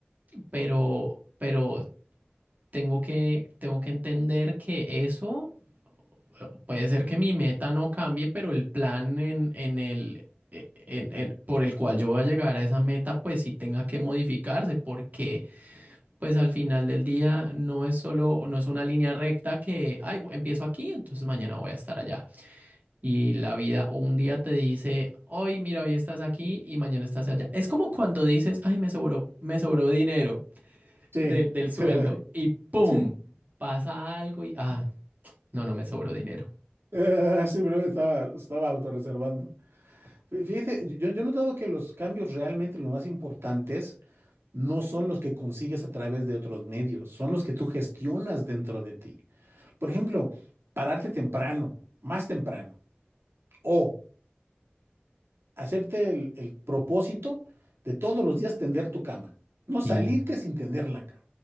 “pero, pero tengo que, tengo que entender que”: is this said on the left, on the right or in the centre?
Right